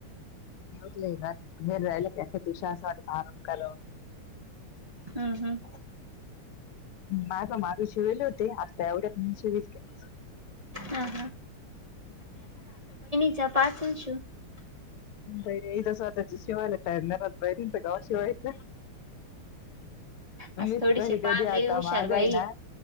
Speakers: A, on the left; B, on the right.
A: लय ना, घरी राहिला का एखादं दिवशी असं वाटता आराम करावा.
B: हम्म हम्म.
A: मागं मागं शिवेले हो ते आता एवढ्यात नाई शिवेल काईच,
B: हा हा.
A: हम्म.
B: <unintelligible> शिवून.
A: बई इथे स्वतःचच शिवायला टाइम नई राहत बायकांचं कवा शिवायचं. <inaudible>
B: असं
A: मीच
B: थोडीशी
A: घरी
B: पालय
A: कधी आता
B: हुशार
A: मागं
B: बाई
A: हाय ना,